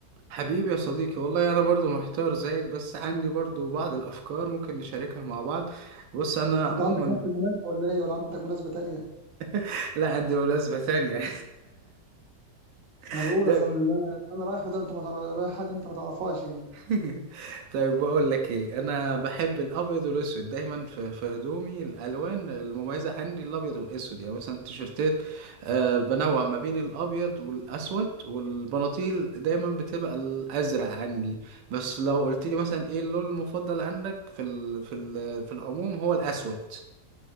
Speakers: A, on the right; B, on the right.
A: حبيبي يا صديقي والله انا برضو محتار زيك بس عندي برضو بعض الافكار ممكن نشاركها مع بعض بص انا عموما
B: انت عندك نفس المناسبه ولا ايه ولا عندك مناسبه تانية
A: <laughs> لا عندي مناسبة تانية <laughs>
B: انا بقول
A: ده
B: اصلا اللي انا اللي أنا رايحه ده انت ما تعرف رايح حد انت ما تعرفهاش يعني
A: <laughs> طيب بقول لك ايه انا بحب الابيض والاسود دايما في في هدومي الالوان المميزه عندي الابيض والاسود يعني مثلا التيشيرتات آه بنوع ما بين الابيض والاسود والبناطيل دايما بتبقى الازرق عندي بس لو قلت لي مثلا ايه اللون المفضل عندك في ال في ال في العموم هو الاسود